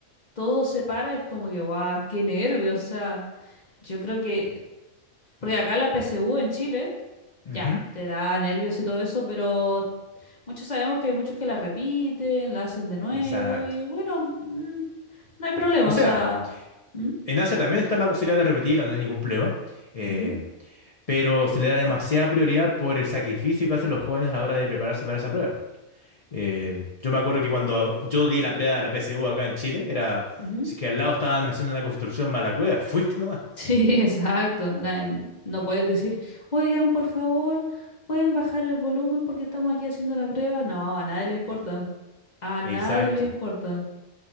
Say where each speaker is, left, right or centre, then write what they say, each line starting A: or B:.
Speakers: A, on the left; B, on the left.
A: todo se para, es como que, guau, qué nervios, o sea, yo creo que, porque acá la PSU en Chile,
B: Ujú,
A: ya, te da nervios y todo eso, pero muchos sabemos que hay muchos que la repiten, la hacen de nuevo
B: Exacto.
A: y bueno, mm, no hay problema,
B: O sea,
A: o sea, ¿Mm?
B: en Asia también está la posibilidad de repetirlo, no hay ningún problema. eh,
A: Ujú,
B: pero se le da demasiada prioridad por el sacrificio que hacen los jóvenes a la hora de prepararse para esa prueba. Eh, yo me acuerdo que cuando yo di la prueba de la PSU acá en Chile, era,
A: ujú.
B: si que al lado estaban haciendo una construcción mala cueva, <laughs> fuiste nomás.
A: Sí, <laughs> exacto, na- n- no puedes decir, oigan, por favor, pueden bajar el volumen porque estamos aquí haciendo la prueba, no, a nadie le importa, a nadie
B: Exacto.
A: le importa.